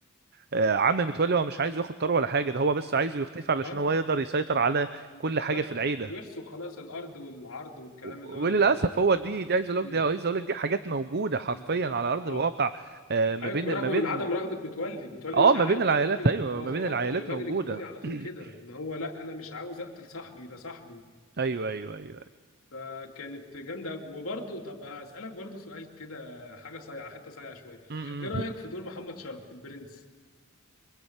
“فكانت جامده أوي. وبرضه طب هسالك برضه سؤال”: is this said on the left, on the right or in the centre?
Left